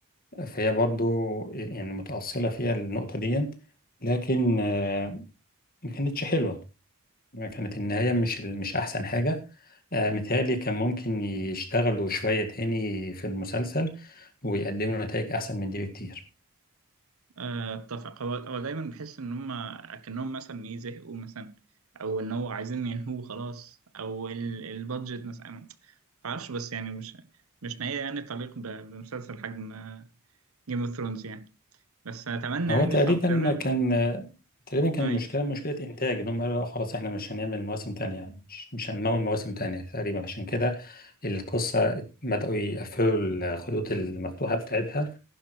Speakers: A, on the left; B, on the right.
A: فهي برضو يعني متأصلة فيها النقطة دي لكن آه ما كانتش حلوة كانت النهاية مش ال- مش أحسن حاجة آه، متهيألي كان ممكن يشتغلوا شوية تاني في المسلسل ويقدموا نتائج أحسن من دي بكتير
B: آه اتفق هو هو دايما بحس ان هم اكنهم مثلا ايه زهقوا مثلا او ان هو عايزين ينهوه خلاص او ال- البادجت مثلا ما اعرفش بس يعني مش مش نهايه يعني تليق ب- بمسلسل حجم جيم اوف ثرونز يعني بس اتمنى
A: هو
B: يعني
A: تقريبا
B: الاب بيعمل
A: كان آه، تقريبا كان
B: ايوه
A: المشكلة مشكلة إنتاج إن هم قالوا لا خلاص إحنا مش هنعمل مواسم تانية مش, مش هنمول مواسم تانية تقريبا عشان كده القصة بدأوا يقفلوا الخيوط المفتوحة بتاعتها